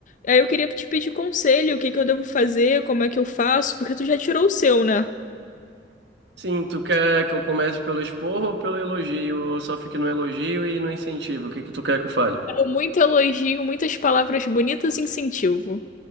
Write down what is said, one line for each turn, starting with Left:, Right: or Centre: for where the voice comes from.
Left: Aí eu queria te pedir conselho, o que que eu devo fazer, como é que eu faço, porque tu já tirou o seu, né?
Right: Sim, tu quer que eu comece pelo esporro ou pelo elogio? Ou só fique no elogio e no incentivo? O que que tu quer que eu fale?
Left: Muito elogio, muitas palavras bonitas e incentivo.